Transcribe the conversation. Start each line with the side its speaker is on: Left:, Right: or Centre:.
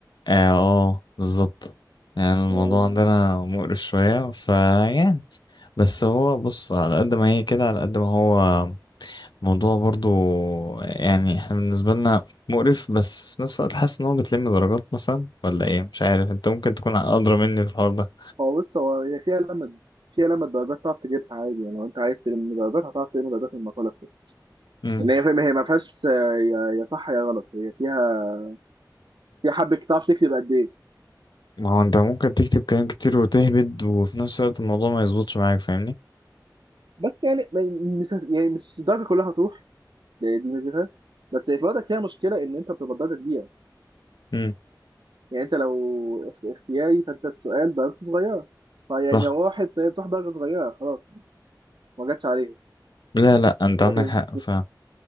Left: اه آه، بالظبط يعني الموضوع
Right: آه،
Left: عندنا مقرف شوية فيعني بس هو بص على قد ما هي كده على قد ما هو موضوع برضو يعني احنا بالنسبة لنا مقرف بس في نفس الوقت حاسس ان هو بتلم درجات مثلا ولا ايه مش عارف انت ممكن تكون ادرى مني في الحوار ده
Right: هو بص هو هي فيها لما فيها لما الدرجات تعرف تجيبها عادي يعني لو انت عايز تلم درجات هتعرف تلم درجات من المقاله بتاعتك
Left: امم
Right: ان هي فاهم هي ما فيهاش آه، يا يا صح يا غلط هي فيها فيها حبه تعرف تكتب قد ايه
Left: ما هو انت ممكن تكتب كلام كتير وتهبد وفي نفس الوقت الموضوع ما يظبطش معاك فاهمني
Right: بس يعني ما- مش يعني مش الدرجه كلها هتروح دي دي ميزتها بس هي في الوقت فيها مشكله ان انت بتبقى درجه كبيره
Left: امم
Right: يعني انت لو اخ- اختياري فانت السؤال درجته صغيره فيعني
Left: صح
Right: لو راحت فهي بتروح درجه صغيره خلاص ما جاتش عليها
Left: لا لا انت
Right: ولكن
Left: عندك حق فاهم